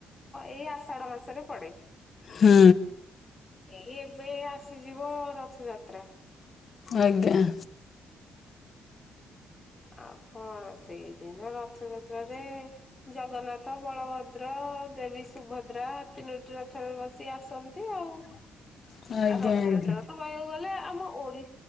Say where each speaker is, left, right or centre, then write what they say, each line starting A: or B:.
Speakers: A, on the left (about 20°); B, on the left (about 50°).
A: ଏଇ ଆଷାଡ଼ ମାସରେ ପଡେ।
B: ହୁଁ।
A: ଏଇ ଏବେ ଆସିଯିବ ରଥଯାତ୍ରା।
B: ଆଜ୍ଞା।
A: ଆଉ କଣ ସେଇଦିନ ରଥଯାତ୍ରାରେ ଜଗନ୍ନାଥ ବଳଭଦ୍ର ଦେବୀ ସୁଭଦ୍ରା ତିନୋଟି ରଥରେ ବସି ଆସନ୍ତି ଆଉ।
B: <unintelligible>
A: ଆ ରଥଯାତ୍ରା
B: ଆଜ୍ଞା
A: ତ କହିୟା କୁ ଗଲେ ଆମ ଓଡି